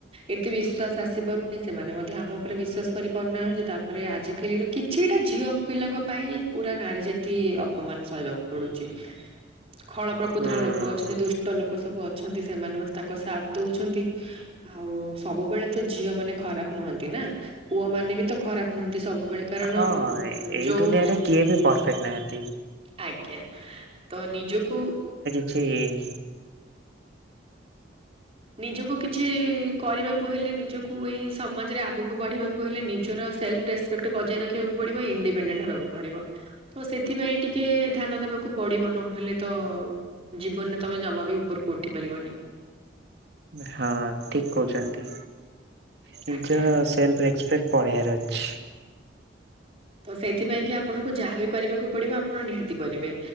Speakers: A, on the right; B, on the right.
A: ଏତେ ବିଶ୍ୱାସ ଆସିପାରୁନି ସେମାନେ ମଧ୍ୟ ଆମ ଉପରେ ବିଶ୍ଵାସ। କରିପାରୁନାହାନ୍ତି ତାପରେ ଆଜିକାଲିର କିଛିଟା ଝିଅ ପିଲାଙ୍କ ପାଇଁ ପୁରା ନାରୀ ଜା ଅପମାନ ସହିବାକୁ ପଡୁଛି ଖଳ ପ୍ରକୃତିର
B: ହୁଁ।
A: ଲୋକ ଅଛନ୍ତି ଦୁଷ୍ଟ ଲୋକ ସବୁ ଅ ଛନ୍ତି ସେମାନେ, ମତେ ତାଙ୍କ ସାଥ୍ ଦଉଛନ୍ତି। ଆଉ ସବୁବେଳେ ତ ଝିଅ ମାନେ ଖରାପ ନୁହଁନ୍ତି ନା! ପୁଅ ମାନେ ବି ତ ଖରାପ ନୁହଁନ୍ତି ସବୁବେଳେ, କାରଣ
B: ହଁ
A: ଉଁ
B: ଏଇ
A: ଯୋଉ
B: ଦୁନିଆରେ କିଏ ବି ପରଫେକ୍ଟ ନାହାନ୍ତି।
A: ଆଜ୍ଞା, ତ ନିଜକୁ
B: ଛି।
A: ନିଜକୁ କିଛି-ଇ କରିବାକୁ ହେଲେ, ନିଜକୁ ଏଇ ସମାଜରେ ଆଗକୁ ବଢିବାକୁ କହିଲେ ନିଜର ସେଲଫ୍ ରେସ୍ପେକ୍ଟ ବଜାୟ ରଖିବାକୁ ପଡିବ। ଇଣ୍ଡିପେଣ୍ଡେଣ୍ଟ ହେବାକୁ ପଡିବ। ତ ସେଥିପାଇଁ ଟିକେ ଧ୍ୟାନ ଦେବାକୁ ପଡିବ। ନହେଲେ ତ-ଅ ଜୀବନରେ ତମେ ଜମା ବି ଉପରକୁ ଉଠି ପାରିବନି।
B: ହଁ, ଠିକ୍ କହୁଛନ୍ତି। ନିଜ
A: ଆଜ୍ଞା।
B: ସେଲଫ୍ ରେସ୍ପପେକ୍ଟ ପଳେୟାର ଅଛି।
A: ତ ସେଇଥିପାଇଁ କି ଆପଣଙ୍କୁ ଯାହା ବିି କରିବାକୁ ପଡିବ, ଆପଣ ନିହାତି କରିବେ।